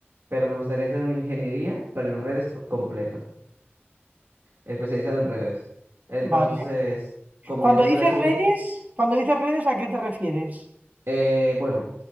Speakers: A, on the right (about 75°); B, on the right (about 40°).
A: pero me gustaría hacer una ingeniería, pero en redes p- completa, especializada en redes. Entonces,
B: Vale.
A: como
B: Cuando
A: ya tengo
B: dices
A: la de seguridad,
B: redes, cuando dices redes, ¿a qué te refieres?
A: Eh, bueno,